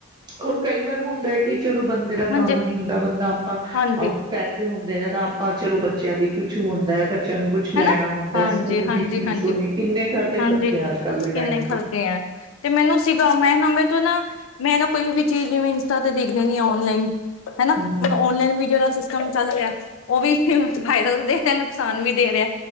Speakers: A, on the right (about 20°); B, on the left (about 70°).
A: ਖੋਰ ਕਈ ਵਾਰ ਹੁੰਦਾ ਐ, ਕਿ ਚਲੋ ਬੰਦੇ ਦਾ
B: ਹਾਂਜੀ
A: ਕੰਮ ਨੀ ਹੁੰਦਾ ਬੰਦਾ ਆਪਾਂ
B: ਹਾਂਜੀ
A: ਪੈਸੇ ਹੁੰਦੇ ਨੇ ਤਾਂ ਆਪ ਆਂ ਚਲੋ ਬੱਚਿਆਂ ਦੀ ਕੁਛ ਹੁੰਦੈ ਬੱਚਿਆਂ ਨੂੰ ਕੁਛ ਲੈਣਾ
B: ਹੈਨਾ
A: ਹੁੰਦਾ
B: ਹਾਂਜੀ
A: ਸਕੂਲ
B: ਹਾਂਜੀ
A: ਦੀ ਫੀਸ
B: ਹਾਂਜੀ
A: ਉਹਨੇ ਕਿੰਨੇ ਘਰ ਦੇ
B: ਹਾਂਜੀ,
A: ਖਰਚੇ ਅੱਜ ਕੱਲ ਦੇ
B: ਕਿੰਨੇ
A: ਟਾਈਮ
B: ਖਰਕੇ
A: ਚ
B: ਐ। ਤੇ ਮੈਨੂੰ ਸੀਗਾ ਮੈਂ ਨਾ ਮੇ ਤੋਂ ਨਾ ਮੈਂ ਨਾ ਕੋਈ ਵੀ ਚੀਜ਼ ਜਿਵੇਂ ਇੰਸਟਾ ਤੇ ਦੇਖ ਦੇਨੀ ਆ ਔਨਲਾਈਨ। ਹੈਨਾ ਹੁਣ,
A: ਹਮ
B: ਔਨਲਾਈਨ ਵੀ ਜਿਹੜਾ ਸਿਸ ਕੰਮ ਚੱਲ ਰਿਆ ਓਹ ਵੀ ਫਾਇਦਾ ਦੇਰੈ ਨੁਕਸਾਨ ਵੀ ਦੇ ਰਿਐ।